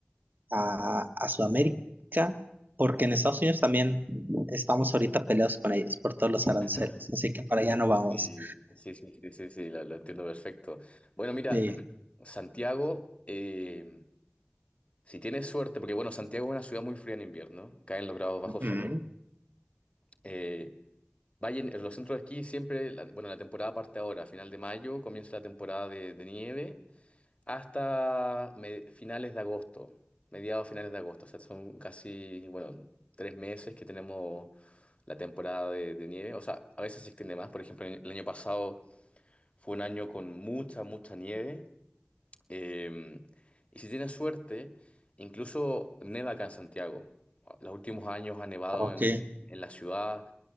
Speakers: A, on the right; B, on the left.
A: a, a Sudamérica, porque en Estados Unidos también estamos ahorita peleados con ellos por todos los aranceles,
B: <laughs>
A: así que para allá no vamos.
B: Y- sí, sí, sí, sí, sí, lo, lo entiendo perfecto. Bueno, mira,
A: Eh,
B: <clears throat> Santiago, eh, si tienes suerte, porque bueno, Santiago es una ciudad muy fría en invierno, caen los grados bajo
A: Ujú.
B: cero. Eh, vayan, los centros de esquí siempre, la- bueno, la temporada parte ahora, final de mayo comienza la temporada de, de nieve hasta me- finales de agosto, mediados finales de agosto, o sea, son casi, bueno, tres meses que tenemos la temporada de, de nieve, o sea, a veces se extiende más, por ejemplo, el año pasado fue un año con mucha, mucha nieve, eh, y si tienes suerte, incluso neva acá en Santiago. Los últimos años ha nevado
A: ok,
B: en en- en la ciudad.